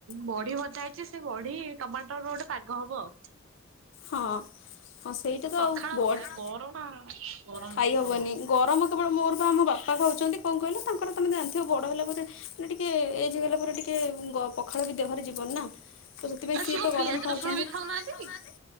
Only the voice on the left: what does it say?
ହଁ ହଁ ସେଇ ଏତେ ତ
ଆଉ ବଲଡ
ଖାଇ
ହବନି
ଗରମ କେବଳ ମୋର ପା ଆମ ବାପା ଖାଉଛନ୍ତି କଣ କହିଲ ତାଙ୍କର ତମେ ଜାଣିଥିବ ବଡ ହେଲା ପରେ ବି ଟିକେ ଏଜେ ହେଇଗଲା ପରେ ଟିକେ ଗ ପଖାଳ ବି ଦେହରେ ଯିବନି ନା? ତ ସେଥିପାଇଁ
ସିଏ
ତ
ଗରମ ଖାଉଛନ୍ତି
ଖଉ
ନାହାନ୍ତି?